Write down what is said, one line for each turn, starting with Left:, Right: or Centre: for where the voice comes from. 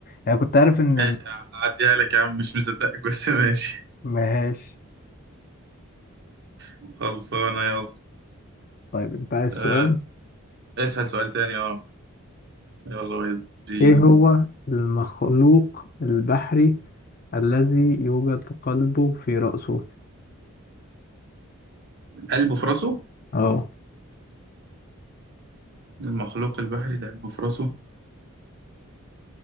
Left: يعني كنت عارف إن
Right: ماشي أعديها لك يا عم مش مصدقك بس ماشي
Left: مهاش
Right: <laughs> خلصانة يلا
Left: طيب أنت عايز سؤال
Right: أه اسأل سؤال تاني أه يلا ودي
Left: إيه هو المخلوق البحري الذي يوجد قلبه في رأسه؟
Right: قلبه في راسه
Left: أه
Right: المخلوق البحري ده قلبه في راسه